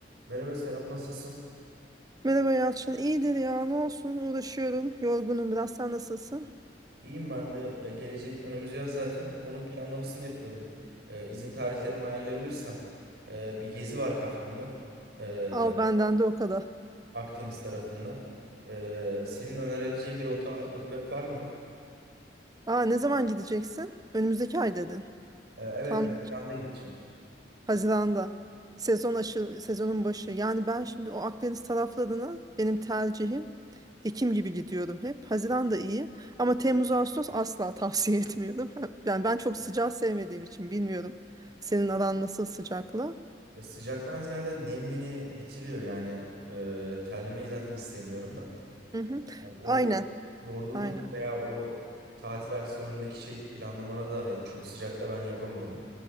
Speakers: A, on the right (about 65°); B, on the right (about 20°).
A: Merhaba Serap nasılsın?
B: Merhaba Yalçın. İyidir ya. Ne olsun? Uğraşıyorum. Yorgunum biraz. Sen nasılsın?
A: İyiyim ben de. Ya gelecek önümüz yaz zaten. Onun planlamasını yapıyordum. Ee, izin tarihlerimi ayarlayabilirsem. Ee, bir gezi var kafamda. Ee,
B: Al benden de o kadar.
A: Akdeniz tarafında. Ee, senin önerebileceğin bir rota, rutbet var mı?
B: Aa, ne zaman gideceksin? Önümüzdeki ay dedin.
A: Ee, evet
B: Tam
A: Haziran'da
B: da-
A: gideceğim.
B: Haziran'da. Sezon aşı, sezonun başı. Yani ben şimdi o Akdeniz taraflarına benim tercihim Ekim gibi gidiyorum hep. Haziran da iyi. Ama Temmuz, Ağustos asla tavsiye <laughs> etmiyorum. Yani ben çok sıcağı sevmediğim için bilmiyorum. Senin aran nasıl sıcakla?
A: Ya sıcaktan ziyade nem beni bitiriyor yani. Ee, terlemeyi zaten hiç sevmiyorum da.
B: Hı hı.
A: Ya o
B: Aynen.
A: yorgunluk
B: Aynen.
A: veya o tatil aksiyonundaki şey planlamana da dahil çok sıcakta ben yapamıyorum.